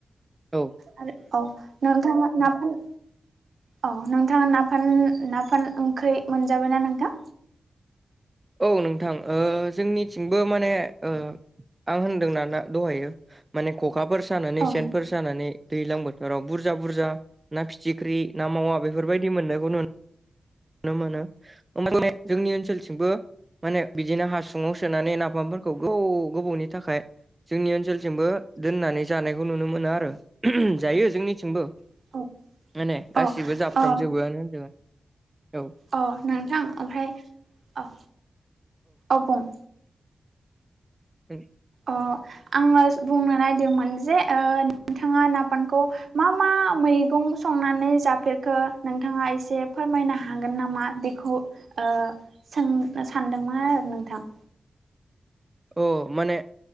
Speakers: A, on the right; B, on the right.
A: औ
B: आरो औ नोंथाङा नफान औ नोंथाङा नाफान नाफान ओंख्रि मोनजाबाय ना नोंथां?
A: औ नोंथां ओ जोंनिथिंबो माने ओ आं होनदों नाना दहायो माने खखाफोर सानानै
B: औ
A: सेनफोर सानानै दैज्लां बोथोराव बुरजा बुरजा ना फिथिख्रि ना मावा बेफोरबायदि मोननायखौ नु नो मोनो जोंनि ओनसोलथिंबो माने बिदिनो हासुङाव सोनानै नाफामफोरखौ गोबौ गोबावनि थाखाय जोंनि ओनसोलथिंबो दोननानै जानायखौ नुनो मोनो आरो जायो जोंनिथिंबो
B: औ
A: माने गासिबो
B: औ
A: जाफ्रामजोबोआनो
B: औ
A: होनदों औ
B: औ नोंथां ओमफ्राय औ औ बुं।
A: <inaudible>
B: अ आङो बुंनो नायदोंमोन जे नोंथाङा नाफानखौ मा मा मैगं संनानै जाफेरखो नोंथाङा एसे फोरमायनो हागोन नामा? बेखौ ओ सों सानदोंमोन आरो नोंथां।
A: औ माने